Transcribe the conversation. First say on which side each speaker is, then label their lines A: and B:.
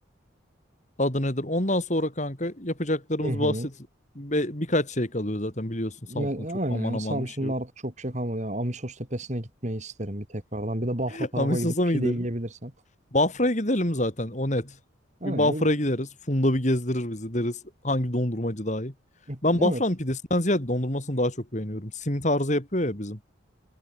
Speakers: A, on the left (about 35°); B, on the right (about 35°).
A: Adı nedir? Ondan sonra kanka yapacaklarımız
B: Hı hı.
A: basit. Be- birkaç şey kalıyor zaten biliyorsun
B: Ben,
A: Samsun'da
B: aynen
A: çok aman
B: yani
A: aman
B: Samsun'da
A: bir şey yok.
B: artık çok şey kalmadı. Yani Amisos Tepesi'ne gitmeyi isterim bir tekrardan. Bir de Bahra
A: <laughs>
B: tarafa
A: Amistosa
B: gidip pide
A: mı gidelim?
B: yiyebilirsen.
A: Bafra'ya gidelim zaten o net.
B: Ama
A: Bir Bafra'ya
B: ya, bir-
A: gideriz. Funda bir gezdirir bizi deriz. Hangi dondurmacı daha iyi?
B: bir-
A: Ben
B: evet.
A: Bafra'nın pidesinden ziyade dondurmasını daha çok beğeniyorum. Sim tarzı yapıyor ya bizim.